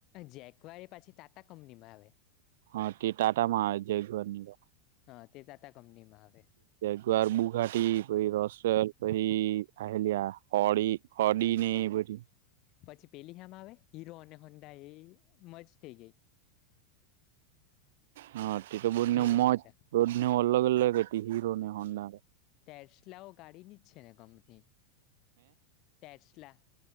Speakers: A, on the left (about 30°); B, on the right (about 65°).
A: જેકવાર એ પાછી ટાટા કંપની માં આવે.
B: હ તે ટાટા મહ જે ઘરની.
A: હા તે તાતાા કંપની માં આવે.
B: ગર બુઘાટી પ રસ પછ આલ આ હડી હડી ન પ.
A: પછી પેલી આમ આવે હીરો અને હોંડા એ મજ થઈ ગઈ.
B: હા તે તો બોધને
A: હીરો
B: મજ
A: હોન્ડા
B: બોધને અલગ અલગ હીરો. ને હોન્ડા
A: તરશલાઓ ગાડીી નિચ છે ને કંપની. રસલા.